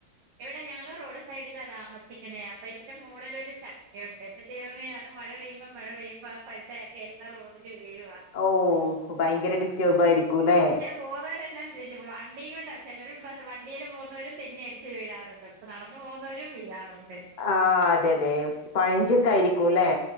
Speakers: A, on the right; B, on the left.
A: എവിടെ ഞങ്ങള് റോഡ് സൈഡിലാടാ നിർത്തിക്ക് ന്നെ അപ്പൊ ഇതിന്റെ മോളിലൊരു ചക്കയുണ്ട് <unintelligible> ദൈവമേ അത് മഴ പെയ്യുമ്പോ മഴ പെയ്യുമ്പോ ആ പഴുത്തക്കെ എൻ്റെ റോഡില് വീഴുവാ
B: ഓഹ് ഭയങ്കര ഡിസ്‌റ്റേബായിരിക്കുല്ലെ
A: പോവുന്നേരെല്ലാം ചോയിക്കും വണ്ടി കൊണ്ട ചിലര് പ്പ വണ്ടിലും പോവുന്നവരും തെന്നി അടിച്ച് വീഴാറുണ്ട് പ്പൊ നടന്നു പോവുന്നവരും വീഴാറുണ്ട്.
B: ആഹ് അതെ യതെ പഴഞ്ചക്കായിരിക്കൂല്ലെ